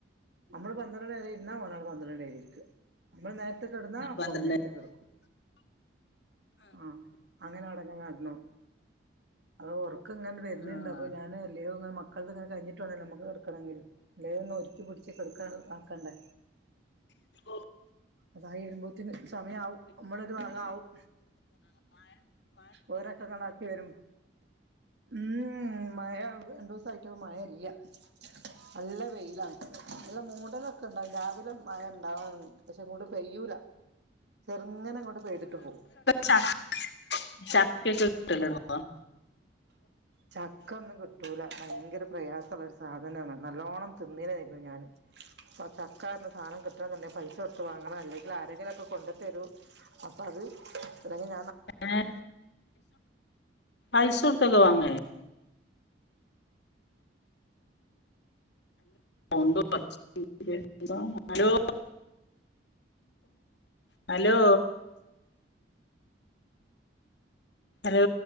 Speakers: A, on the right (about 65°); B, on the left (about 65°).
A: നമ്മള് പന്ത്രണ്ട് മണി വരെ ഇരുന്നാ ഓൻ അവിടെ പന്ത്രണ്ട് ഇരിക്കും നമ്മള് നേരത്തെ കിടന്നാ അപ്പൊ
B: പന്ത്രണ്ട്
A: ഓൻ നേരത്തെ കിടക്കും ആഹ് അങ്ങനെ അടങ്ങ നടന്നോളൂ അത് ഉറക്കം ഇങ്ങനെ വരുന്നേ
B: ആഹ്
A: ഉണ്ടാവു അപ്പൊ ഞാൻ എല്ലയോ ഇങ്ങനെ മക്കളുടെ ഇതെല്ലാം കഴിഞ്ഞിട്ടു വേണെലോ നമുക്ക് കിടക്കണെങ്കിൽ ഇതെല്ലാം ഒന്ന് ഒരുക്കി പിടിച്ച് ആക്കണ്ടേ
B: ഓഹ്
A: അതായി വരുമ്പോതേനെ സമയാവും നമ്മളൊരു ഭാഗാവും ഓരൊക്കെ കണാക്കി വരും മ്മ് മഴ രണ്ട് ദിവസായിട്ട് മഴ ഇല്ല നല്ല വെയിൽ ഇവിടെ മൂടലൊക്കെ ഉണ്ടാവും രാവിലെ മഴ ഉണ്ടാവും പക്ഷെ അങ്ങോട്ട് പെയൂല ചെറുങ്ങനെ അങ്ങോട്ട് പെയ്തിട്ട് പോവും
B: ചക്ക ചക്ക ഒക്കെ കിട്ടലുണ്ടോ
A: ചക്ക ഒന്നും കിട്ടൂല ഭയങ്കര പ്രയാസവ സാധനാണ് നല്ലോണം തിന്നാലനയാരുന്നു ഞാനും ചക്ക സാധനം കിട്ടണം എന്നുണ്ടെങ്കിൽ തന്നെ പൈസ കൊടുത്ത് വാങ്ങണം അല്ലെങ്കിൽ ആരെങ്കിലൊക്കെ കൊണ്ട് തരും അപ്പോ അതെ അല്ലെങ്കിൽ ഞാൻ
B: ഏഹ് പൈസ കൊടുത്തൊക്കെ വാങ്ങുവോ <unintelligible> ഹലോ ഹലോ ഹലോ